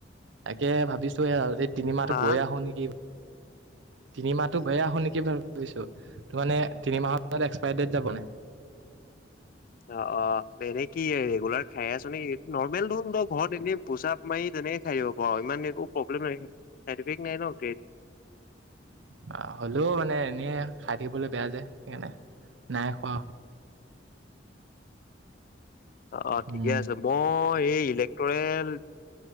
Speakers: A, on the right; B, on the left.
A: তাকে ভাবিছোৱে আৰু- তিনিমাহটো
B: হা
A: গৈ আহো নেকি তিনিমাহটো গৈ আহো নেকি ভাল ভাবিছোঁ। ত মানে তিনি মাহৰত এক্সপাইৰী ডেট যাব।
B: অ অ এনেই কি ৰেগুলাৰ খাই আছ নৰ্মেল ধোন ত ঘৰত এনে পুচাপ মাৰি। তেনেকে থাকিব পাৰ ইমান একো প্ৰব্লেম নাইফ নাই ন।
A: হয় আহ হ'লেও মানে এনে খাই থাকিবলৈ বেয়া যোয় সেইকাৰণে নাই খোৱা।
B: অ ঠিকে
A: উম
B: আছে মই এই ইলেক্টৰেল